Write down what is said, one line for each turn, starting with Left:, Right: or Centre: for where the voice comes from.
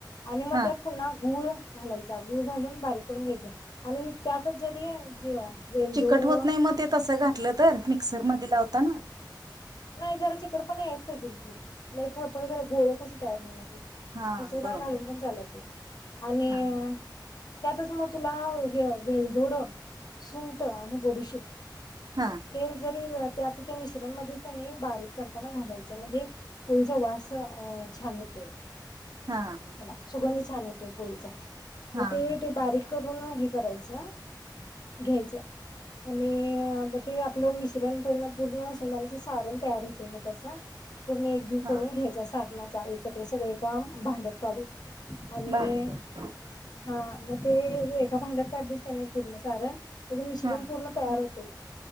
Left: आणि मग
Right: हा
Left: त्यात पुन्हा गुळ घालायचा, गुळ घालून बारीक करून घ्यायचं. आणि त्यातच जरी हे वेळदोडं
Right: चिकट होत नाही मग ते तसं घातलं तर मिक्सरमध्ये लावताना
Left: नाही, जरा चिकटपणा यायचं पाहिजेल की. लाय फळफळीत झालं गोळ कसं तयार होणार?
Right: हां
Left: दुसरं
Right: बरोबर
Left: काय घालूनपण
Right: आहे
Left: चालत नाही आणि
Right: हां
Left: त्यातच मग तुला हे वेलदोड, सुंट आणि बडूशुप
Right: हां
Left: ते जरी घात ते आता त्या मिश्रण मध्येच कनी बारीक करताना घालायच. म्हणजे पोळीचा वास छान येतोय.
Right: हां
Left: त्याला सुगंध चांग <unintelligible> त्या पोळीचा-
Right: हां
Left: म ते ते बारीक करून- <unintelligible> हे करायचं घ्यायचं. आणि- म ते आपलं मिश्रण- पहिला पूर्ण शेंगदाण्याचे सारण तयार होतय म तस- पूर्ण एकजीव
Right: हां
Left: करून घ्यायचा सारनात. <unintelligible> सगळ ये का भांड्यात काढून- आणि
Right: बारीक करून.
Left: हा म ते एका भांड्यात काढलीस कानाई पूर्ण सारण- त्याच मिश्रण
Right: हां
Left: पूर्ण तयार होतय,